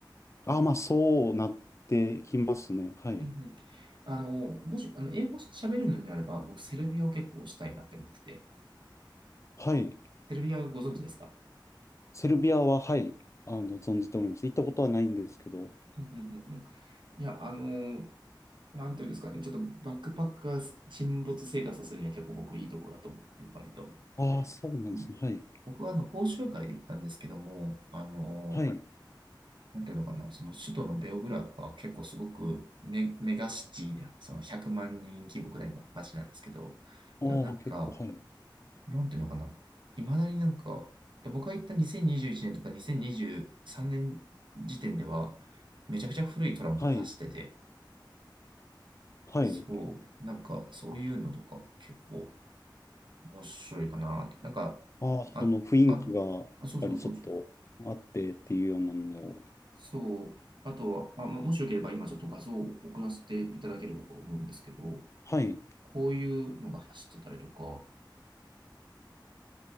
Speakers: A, on the left; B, on the right.
A: ああ、まあ、そうなってきますね。はい。
B: うん、うん。あの、もし、あの、英語喋れるのであれば、僕、セルビアを結構推したいなって思ってて。
A: はい。
B: セルビアご存知ですか
A: セルビアは、はい。あの、存じております。行ったことはないんですけど。
B: うん、うん、うん、うん。いや、あの、なんていうんですかね。ちょっとバックパックが沈没生活をするには結構僕いいところだと思ってる、割と。
A: ああ、そうなんですね。
B: うん
A: はい。
B: 僕はあの講習会で行ったんですけども、あの
A: はい。
B: なんていうのかな、その首都のベオグラードとかは結構すごくメ、メガシティな、その100万人規模くらいの街なんですけど、
A: ああ、
B: でもなんか、
A: 結構、はい。
B: なんていうのかな、いまだになんか、で僕が行った2021年とか2023年時点では、めちゃくちゃ古いトラムとか走ってて、
A: はい。はい。
B: そう、なんかそういうのとか結構面白いかなと。なんか、
A: ああ、
B: あ、
A: その雰囲気が、
B: あ、
A: やっぱりちょっとあってっていうようなのを。
B: あ、そうそうそうそう。あとは、まあ、ももしよければ今ちょっと画像を送らせていただければと思うんですけど、
A: はい。
B: こういうのが走ってたりとか、